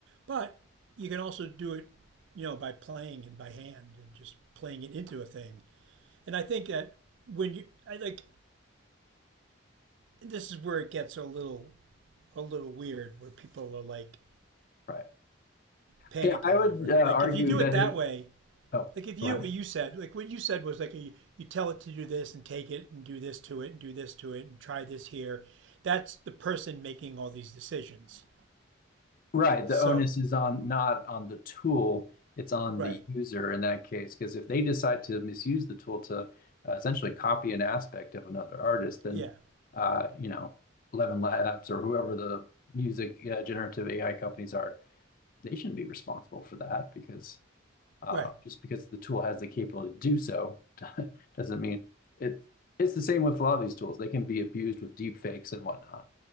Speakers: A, on the right; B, on the left.
A: but you can also do it, you know, by playing and by hand and just playing it into a thing. And I think that when you, I like, this is where it gets a little a little weird where people are like
B: Right.
A: panicking
B: Yeah, I would
A: over it.
B: uh,
A: Like
B: argue
A: if you do
B: that
A: it that
B: it,
A: way,
B: oh,
A: like if you
B: go ahead.
A: what you said, like what you said was like you, you tell it to do this and take it and do this to it and do this to it and try this here. That's the person making all these decisions.
B: Right,
A: So,
B: the onus is on not on the tool, it's on
A: right.
B: the user in that case. Because if they decide to misuse the tool to uh, essentially copy an aspect of another artist, then
A: Yeah.
B: uh, you know, Eleven Labs or whoever the music uh, generative AI companies are, they shouldn't be responsible for that because Uh,
A: Right.
B: just because the tool has the capability to do so <laughs> doesn't mean it. It's the same with a lot of these tools. They can be abused with deep fakes and whatnot.